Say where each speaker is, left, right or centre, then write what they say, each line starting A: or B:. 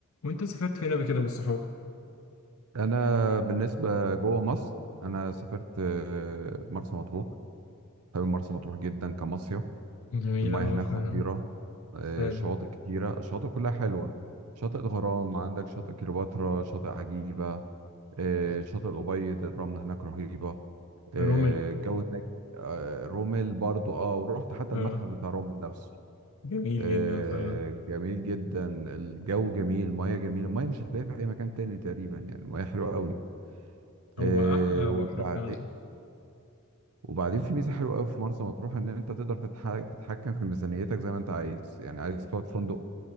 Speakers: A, on the left (about 65°); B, on the right (about 80°).
A: وانت سافرت فين قبل كده بالصحاب
B: انا بالنسبه جوه مصر انا سافرت آه، مرسى مطروح حابب مرسى مطروح جدا كمصيف
A: جميلة
B: المياه
A: اه
B: هناك
A: فعلا
B: خطيره آه،
A: فعلا
B: شواطئ كتيره الشواطئ كلها حلوه شاطئ الغرام عندك شاطئ كليوباترا شاطئ عجيبه آه، شاطئ الأبيض الرمله هناك رهيبه آه،
A: رمل
B: الجو هناك آه، رومل برضو اه ورحت حتى
A: اه
B: المتحف بتاع رومل نفسه
A: جميل
B: آه،
A: جدا فعلا
B: جميل جدا الجو جميل المياه جميله المياه مش هتلاقيها في اي مكان تاني تقريبا يعني المياه حلوه قوي آه،
A: هو أحلى
B: وبعدين
A: بحر فعلا
B: وبعدين في ميزه حلوه قوي في مرسى مطروح ان انت تقدر تتح- تتحكم في ميزانيتك زي ما انت عايز يعني عايز تقعد في فندق